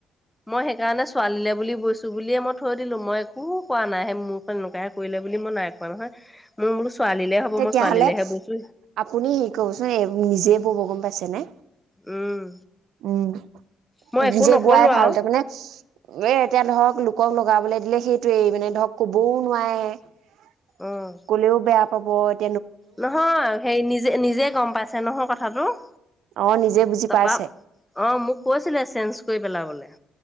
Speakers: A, in the centre; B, on the right.
A: মই সেই কাৰণে ছোৱালীলে বুলি বৈছো বুলিয়ে মই থৈ দিলো মই একো কোৱা নাই মোৰ পৰা এনেকোৱা হে কৰিলে বুলি মই নাই কোৱা নহয় মই ছোৱালীলে হ'ব
B: তেতিয়াহ'লে
A: ছোৱালীলেহে বৈছো
B: আপুনি হে কবচোন নিজে বব গম পাইছে আছেনে
A: উম
B: উম
A: মই একো
B: নিজে
A: নকলো
B: বোৱাই ভাল
A: আৰু
B: তাৰ মানে এ এতিয়া ধৰক লোকক লগাবলৈ দিলে সেইটোৱেই মানে ধৰক কবও নোৱাৰে
A: অ'।
B: কলেও বেয়া পাই খবত
A: নহয় হেৰি নিজে নিজে গম পাইছে নহয় কথা হেল্ল'
B: অ নিজে বুজি
A: তাৰপা
B: পাইছে
A: অ মোক কৈছিলে চেঞ্জ কৰি পেলাবলে